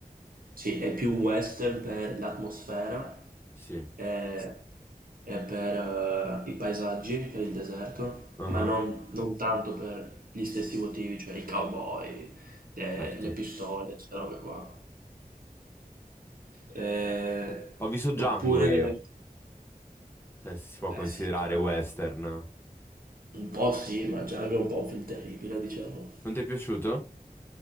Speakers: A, on the right; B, on the left.
A: Sì, è più western per l'atmosfera
B: sì,
A: Sì. e, e per eh, i paesaggi, per il deserto,
B: ah,
A: ma non, non tanto per gli stessi motivi, cioè i cowboy, le,
B: Certo.
A: le pistole, queste robe qua. Eh,
B: Ho visto Django
A: oppure,
B: io, se si può
A: beh
B: considerare
A: sì, Django.
B: western.
A: Un po' sì, ma Django è un po' un film terribile, diciamo.
B: Non ti è piaciuto?